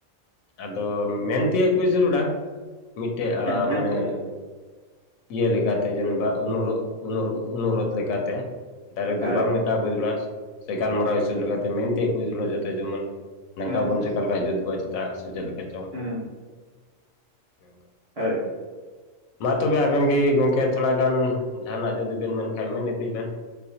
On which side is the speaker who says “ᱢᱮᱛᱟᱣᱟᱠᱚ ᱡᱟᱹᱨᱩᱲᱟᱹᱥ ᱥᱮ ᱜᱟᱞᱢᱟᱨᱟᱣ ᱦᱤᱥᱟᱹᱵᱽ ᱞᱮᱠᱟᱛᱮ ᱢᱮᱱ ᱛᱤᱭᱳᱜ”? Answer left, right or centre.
Left